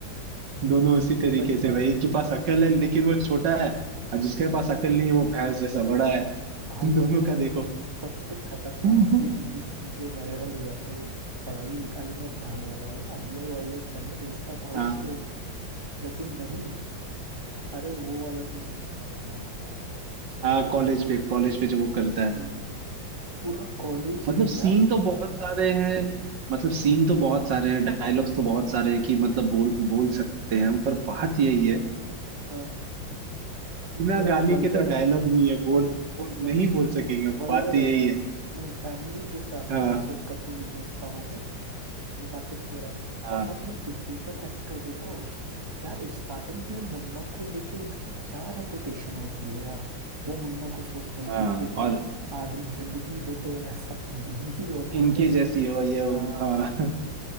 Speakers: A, on the right (about 65°); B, on the right (about 15°).
A: दोनों उसी तरीके
B: सही
A: से
B: बात
A: भाई एक के पास अकल है लेकिन वो छोटा है और जिसके पास अकल नहीं है वो भैंस जैसा बड़ा है
B: भाई
A: <laughs> दोनों
B: <laughs>
A: का देखो
B: सबसे खतरनाक
A: <laughs>
B: सीन जिस जो वायरल हुआ था वो पढ़ाई लिखाई में ध्यान लगाओ आईएएस वाईएएस बनो देश का भविष्य
A: हाँ
B: लेकिन नहीं अरे वो वाला सीन बड़ा खतरनाक है यार कि
A: हाँ
B: मतलब
A: कॉलेज
B: जब वो
A: पे कॉलेज पे जो वो करता है
B: हम्म, पूरा कॉलेज
A: मतलब
B: भी
A: सीन
B: यार
A: तो बहुत सारे हैं मतलब सीन तो बहुत सारे हैं डायलॉग्स तो बहुत सारे हैं कि मतलब बोल बोल सकते हैं हम पर बात यही है
B: हाँ,
A: बिना
B: थोड़ा
A: गाली
B: वल्गर
A: के तो
B: है
A: डायलॉग नहीं है बोल, बोल
B: नहीं
A: नहीं बोल सकेंगे
B: वल्गर
A: बात तो यही
B: है यार
A: है
B: नहीं फैमिली के साथ
A: हाँ
B: आप इसे कभी नहीं देख पाओगे ये बात तो क्लियर है
A: हाँ
B: और आपने गुड्डू का कैरेक्टर देखा उस यार स्टार्टिंग में मुन्ना को लेके उनकी क्या रेपुटेशन होती है यार वो मुन्ना को सोचते हैं
A: हाँ
B: कि देखो
A: और
B: आदमी जिंदगी हो तो ऐसा <laughs> जिंदगी हो तो
A: इनकी
B: ऐसी
A: जैसी हो ये हो
B: हाँ
A: हाँ